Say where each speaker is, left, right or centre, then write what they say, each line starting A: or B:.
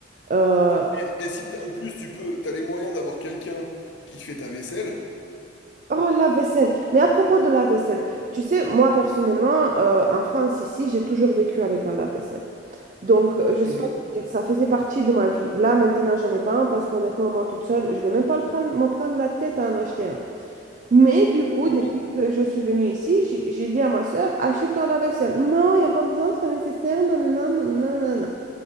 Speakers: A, on the right (about 45°); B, on the left (about 75°).
A: Euh,
B: Et, et si t'as- en plus tu peux, t'as les moyens d'avoir quelqu'un qui fait ta vaisselle.
A: oh, la vaisselle. Mais à propos de la vaisselle, tu sais, moi personnellement, euh, en France, ici, j'ai toujours vécu avec un lave-vaisselle. Donc, euh, je
B: Mhm,
A: sais pas comment dire, ça faisait partie de ma vie. Là, maintenant, j'en ai pas un parce qu'honnêtement, moi toute seule, je vais même pas le prendre, me prendre la tête à en acheter un. Mais du coup,
B: comprends.
A: depuis que je suis venue ici, j'ai j'ai dit à ma soeur, achète-toi la vaisselle. Non, il n'y a pas besoin, c'est pas nécessaire. Non, non, non, non, non. non.